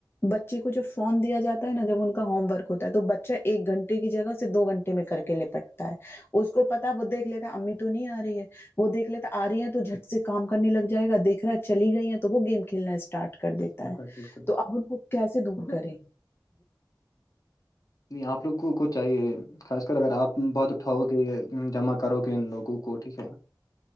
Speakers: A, on the left (about 30°); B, on the left (about 50°).
A: بچے کو جب فون دیا جاتا ہے نا جب ان کا ہوم ورک ہوتا ہے تو بچہ ایک گھنٹے کی جگہ سے دو گھنٹے امی کر کے لپٹتا ہے اس کو پتا وہ دیکھ لیتا امی تو نہیں آ رہی ہے وہ دیکھ لیتا آ رہی ہے تو جھٹ سے کام کرنے لگ جائے گا دیکھ رہا ہے چلی گئی ہیں تو وہ گیم کھیلنا اسٹارٹ کر دیتا
B: بالکل
A: ہے
B: بالکل
A: تو اپ ان کو کیسے دور
B: نہیں
A: کریں
B: نہیں آپ لوگوں کو چاہیے خاص کر اگر آپ بات اٹھاؤ گے جمع کرو گے ان لوگوں کو ٹھیک ہے